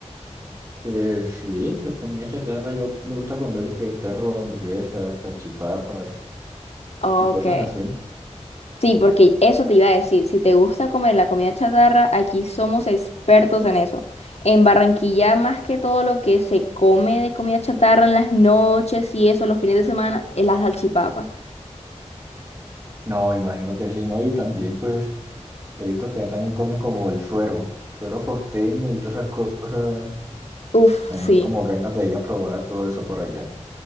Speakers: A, on the right; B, on the left.
A: Pues sí, la comida chatarra yo me gusta comer lo que es perro, hamburguesas, salchipapas
B: Ok.
A: y cosas así.
B: Sí, porque eso te iba a decir, si te gusta comer la comida chatarra, aquí somos expertos en eso. En Barranquilla, más que todo lo que se come de comida chatarra en las noches y eso, los fines de semana, es la salchipapa.
A: No, me imagino que sí, ¿no? Y también pues he visto que ahí también comen como el suero, suero costeño y todas esas cosas,
B: Uf,
A: eh,
B: sí.
A: como ganas de ir a probar todo eso por allá.